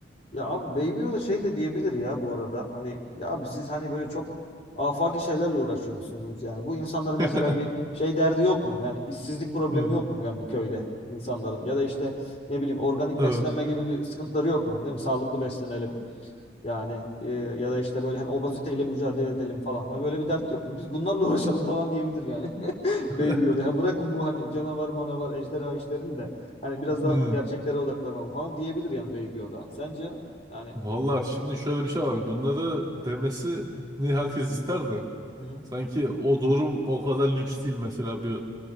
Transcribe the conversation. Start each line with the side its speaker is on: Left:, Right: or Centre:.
Left: Ya abi Baby Yoda şey de diyebilir ya bu arada. Hani ya abi siz hani böyle çok afaki şeylerle uğraşıyorsunuz yani. Bu insanların
Right: <laughs>
Left: mesela bir şey derdi yok mu? Yani işsizlik problemi
Right: Hmm,
Left: yok mu yani bu köyde insanların? Ya da işte ne bileyim organik
Right: Evet.
Left: beslenme gibi bir sıkıntıları yok mu? Değil mi? Sağlıklı beslenelim. Yani e, ya da işte böyle hani obeziteyle mücadele edelim falan. Ha, böyle bir dert yok. Biz bunlarla <laughs> uğraşalım falan diyebilir yani. <laughs>
Right: <laughs>
Left: Baby Yoda. Ha, bırakın bu hani canavar manavar ejderha işlerini de hani biraz
Right: Hmm.
Left: daha gerçeklere odaklanalım falan diyebilir yani Baby Yoda. Sence? Yani.
Right: Valla şimdi şöyle bir şey var. Bunları demesini herkes ister de.
Left: Hı hı.
Right: Sanki o durum o kadar lüks değil. Mesela bir